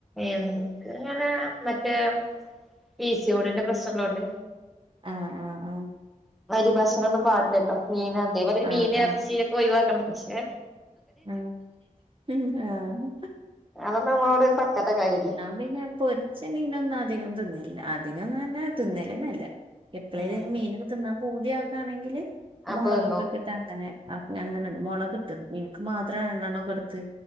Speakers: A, in the centre; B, on the right.
A: എൻക്ക് മറ്റേ പി സി ഒഡിന്റെ പ്രശ്നങ്ങളൊണ്ട്
B: ആഹ് ആഹ് ആഹ്
A: അരി ഭക്ഷണം ഒന്നും പാടില്ലല്ലോ മീൻ അതേപോലെ
B: ആഹ്
A: മീന്
B: ആഹ്
A: എർച്ചിയൊക്ക ഒഴിവാക്കണം പക്ഷേ
B: ആഹ് ഉം ആഹ്
A: അതൊന്ന് അമ്മളോട് പറ്റാത്ത കാര്യല്ലേ
B: മീൻ ഞാ പൊരിച്ച മീനൊന്നു അധികം തിന്നല്ല അധികന്ന് പറഞ്ഞ തിന്നിലെന്നല്ല എപ്പളേലുനിക്ക്
A: ഉം
B: മീനൊക്കെ തിന്നാൻ പൂതിയാകാണെങ്കില്
A: അപ്പൊ
B: മൊളകൊക്കെയിട്ട്
A: തിന്നും
B: ട്ട് അങ്ങനെ അങ്ങനെ മൊളക്ട്ട് ന്നും ഇൻക്ക് മാത്ര രണ്ടണ്ണൊക്കെട്ത്ത്